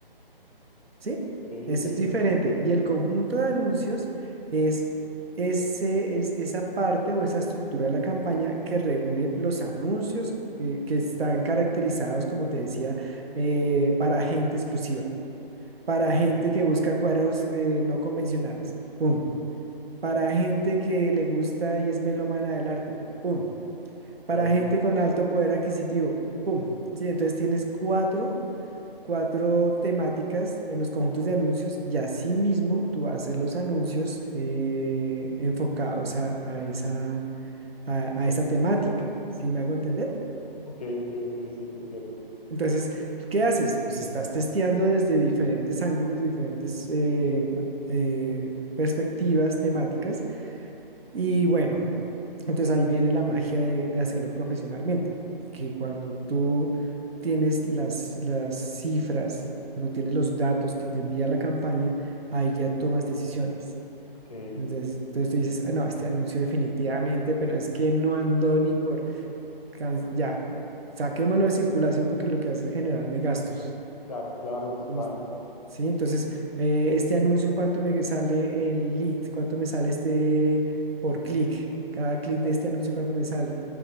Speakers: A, on the right; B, on the left.
A: ¿sí? Eso
B: ok,
A: es diferente.
B: ok, te entiendo.
A: Y el conjunto de anuncios es, ese, es esa parte o esa estructura de la campaña que reúne los anuncios eh, que están caracterizados, como te decía, eh, para gente exclusiva, para
B: Ok,
A: gente que busca cuadros eh, no convencionales, ¡pum! Para gente que le gusta y es melómana del arte, ¡pum!
B: ok,
A: Para gente con alto poder adquisitivo, ¡pum! Sí, entonces tienes cuatro cuatro temáticas en los conjuntos de anuncios y así mismo tú haces los anuncios eh, enfocados a, a esa, a, a esa temática, ¿sí me hago entender?
B: ok, ok, ok, sí, te entiendo.
A: Entonces, ¿qué haces? Pues estás testeando desde diferentes ángulos, diferentes eh, eh, perspectivas temáticas y bueno, Entonces ahí viene la magia de, de hacerlo profesionalmente, que cuando tú tienes las, las cifras, cuando tienes los datos que te envía la campaña, ahí ya tomas decisiones.
B: Ok,
A: Entonces, entonces tú dices, "Ah, no, este anuncio definitivamente, pero es que no andó ni por... can- Ya, saquémoslo de circulación porque lo que hace es generarme gastos.
B: claro, claro, total,
A: Listo. Sí, entonces, eh, este anuncio, ¿cuánto me sale el lead? ¿Cuánto me sale este por clic? Cada clic
B: claro,
A: de este anuncio, ¿cuánto me sale?